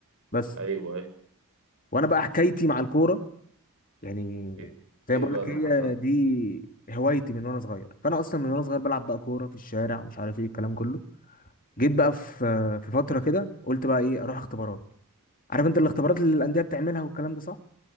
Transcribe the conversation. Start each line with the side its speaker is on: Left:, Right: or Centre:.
Left: بس
Right: ايوه ايوه
Left: وانا بقى حكايتي مع الكوره يعني
Right: ايه
Left: زي
Right: إيه
Left: ما بقول
Right: بقى
Left: لك
Right: اللي
Left: هي
Right: حصل
Left: دي هوايتي من وانا صغير فانا اصلا من وانا صغير بلعب بقى كوره في الشارع ومش عارف ايه الكلام كله جيت بقى في في فتره كده قلت بقى ايه اروح اختبارات عارف انت الاختبارات اللي الانديه بتعملها والكلام ده صح